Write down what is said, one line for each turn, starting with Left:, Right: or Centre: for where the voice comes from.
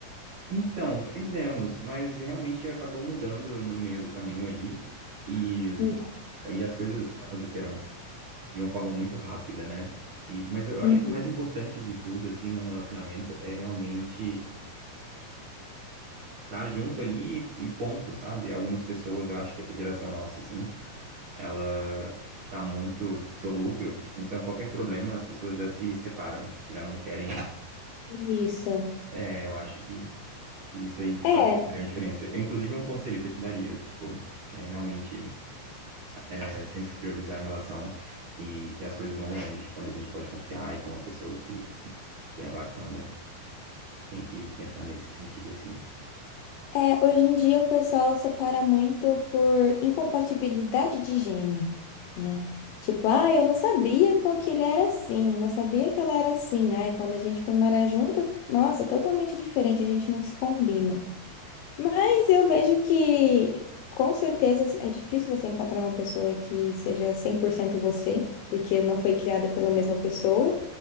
Right: Então, fizemos, mas realmente acabou mudando no meio do caminho ali. E,
Left: Hum.
Right: e as coisas aconteceram de uma forma muito rápida, né? E, mas eu acho
Left: Uhum.
Right: que o mais importante de tudo, assim, num relacionamento é realmente estar junto ali e, e ponto, sabe? Algumas pessoas, eu acho que essa geração nossa, assim, ela tá muito solúvel. Então, qualquer problema, as pessoas já se separam, já não querem.
Left: Isso.
Right: É, eu acho que E isso aí faz
Left: É,
Right: grande diferença. É, inclusive, um conselho que eu te daria, tipo, é realmente é, sempre priorizar a relação e que as coisas vão longe. Tipo, Quando a gente pode confiar, então, uma pessoa que, que é bacana tem que pensar nesse sentido, assim.
Left: É, hoje em dia o pessoal separa muito por incompatibilidade de gene, né? Tipo, ah, eu não sabia com que ele era assim, não sabia que ela era assim. Ai, quando a gente foi morar junto, nossa, totalmente diferente, a gente não se combina. Mas eu vejo que, com certeza, é difícil você encontrar uma pessoa que seja 100% você, porque não foi criada pela mesma pessoa,